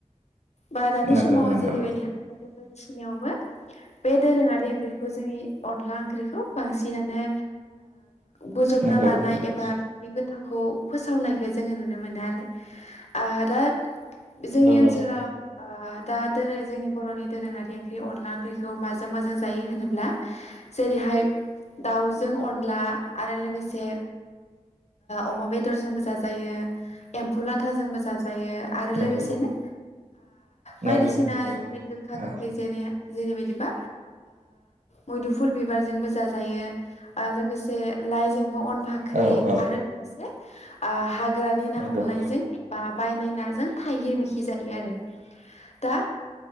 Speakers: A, on the left (about 65°); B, on the right (about 80°).
A: बा दानि
B: नंगौ
A: समाव
B: नंगौ
A: जेरैबायदि बायदिसिनायावबो बे दोरोङारि ओंख्रिखौ जोंनि अनला ओंख्रिखौ बांसिनानो बोजबना
B: नंगौ
A: लानाय
B: नंगौ
A: एबा बे गोथावखौ फोसावनायखौ जोङो नुनो मोनो। आरो दा जोंनि ओनसोलाव
B: नंगौ
A: दा दोरोङारि जोंनि बर'नि दोरोङारि ओंख्रि अनला ओंख्रिखौ माजों माजों जायो होनोब्ला जेरै बेहाय दाउजों अनला आरो लोगोसे अमा बेदरजोंबो जाजायो। एम्फौ लाथाजोंबो जाजायो आरो
B: नंगौ
A: लोगोसेनो बायदिसिना
B: नंगौ नंगौ
A: जि गोखा
B: औ
A: गोखै जेरै जेरैबायदिबा मैदुफुल बिबारजोंबो जाजायो आरो लोगोसे लाइजोंबो अन फाख्रि
B: औ औ
A: आरो लोगोसे हाग्रानि ना
B: नंगौ
A: हमनायजों एबा बायनायनाजों थाइगिरमिखि जायो आरो दा